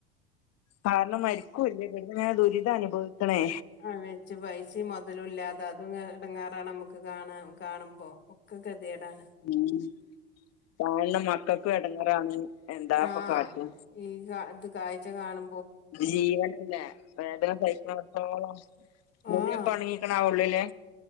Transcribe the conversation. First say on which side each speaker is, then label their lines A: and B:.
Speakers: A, on the left; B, on the left.
A: കാരണം മരിക്കൂല്ലേ പിന്നെങ്ങനെ ദുരിതം അനുഭവിക്കണേ
B: ആ വെച്ച് പൈസയും മൊതലും ഇല്ലാതെ അതും എടങ്ങേറാണ് നമ്മക്ക് കാണാ കാണുമ്പോ ഒക്കെ ഗതികേഡാണ്
A: ഉം തായെള്ള മക്കൾക്കും എടങ്ങേറാണ് എന്താപ്പൊ
B: ആഹ്
A: കാട്ടാ
B: ഈ കാ ഇത് കായ്ച്ച കാണു
A: ജീവനല്ലേ വേദന സഹിക്കണട്ത്തോളം മുറിയൊക്കൊ
B: ആഹ്
A: ഒണങ്ങി ക്കണാവൂള്ളൂലെ